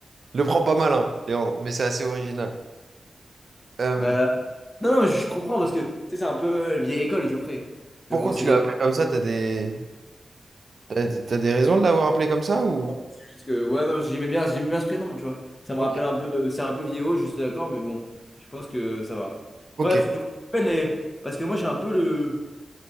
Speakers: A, on the right (about 55°); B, on the left (about 20°).
A: Le prends pas mal, hein, Léandre, mais c'est assez original. Euh,
B: Bah, non, non, je comprends parce que, tu sais, c'est un peu euh, vieille école, Geoffrey.
A: pourquoi
B: Mais bon, c'est
A: tu l'as appelé comme ça? T'as des... T'as, t'as des raisons de l'avoir appelé comme ça ou...
B: c'est juste que, ouais, non, j'aimais bien, j'aimais bien ce prénom, tu vois. Ça me
A: Ok.
B: rappelle un peu, euh, c'est un peu vieillot, je suis d'accord, mais bon, je pense que ça va.
A: Ok,
B: Bref, du coup, je t'appelle les- parce que moi, j'ai un peu le,